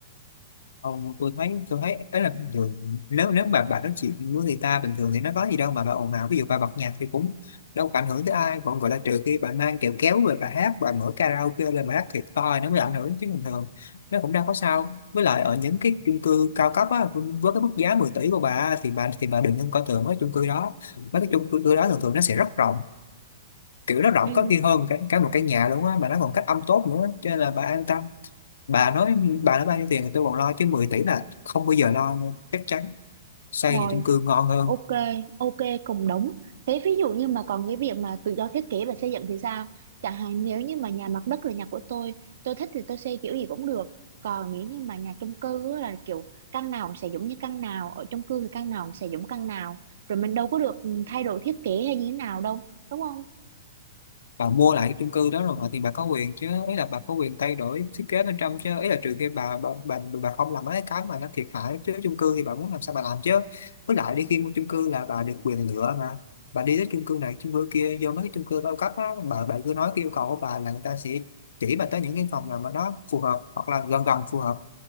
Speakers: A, on the left; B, on the right.
A: Ờ, tôi thấy tôi thấy ấy là bình thường nếu nếu mà bà nói chuyện với người ta bình thường thì nó có gì đâu mà bà ồn ào ví dụ bà bật nhạc thì cũng đâu có ảnh hưởng tới ai còn gọi là trừ khi bà mang kẹo kéo rồi bà hát bà mở karaoke lên bà hát thiệt to thì nó mới ảnh hưởng chứ bình thường nó cũng đâu có sao với lại ở những cái chung cư cao cấp á với cái mức giá 10 tỷ của bà thì bà thì bà đừng nên coi thường mấy chung cư đó mấy cái chung cư đó thường thường nó sẽ rất rộng kiểu nó rộng
B: ừ.
A: có khi hơn cả, cả một căn nhà luôn á mà nó còn cách âm tốt nữa cho nên là bà an tâm bà nói bà nói bao nhiêu tiền thì tôi còn lo chứ 10 tỷ là không bao giờ lo nha chắc chắn xây
B: rồi
A: nhà chung cư ngon hơn
B: ok ok cùng đúng thế ví dụ như mà còn cái việc mà tự do thiết kế và xây dựng thì sao chẳng hạn nếu như mà nhà mặt đất là nhà của tôi tôi thích thì tôi xây kiểu gì cũng được còn nếu như mà nhà chung cư á là kiểu căn nào cũng sẽ giống như căn nào ở chung cư thì căn nào cũng sẽ giống căn nào rồi mình đâu có được thay đổi thiết kế hay như thế nào đâu đúng không
A: bà mua lại cái chung cư đó rồi mà thì bà có quyền chứ ý là bà có quyền thay đổi thiết kế bên trong chứ ý là trừ khi bà bà, bà, bà không làm mấy cái mà nó thiệt hại chứ chung cư thì bà muốn làm sao bà làm chứ với lại đi khi mua chung cư là bà được quyền lựa mà bà đi tới chung cư này chung cư kia vô mấy cái chung cư cao cấp á bà bà cứ nói cái yêu cầu của bà là người ta sẽ chỉ bà tới những cái phòng nào mà nó phù hợp hoặc là gần gần phù hợp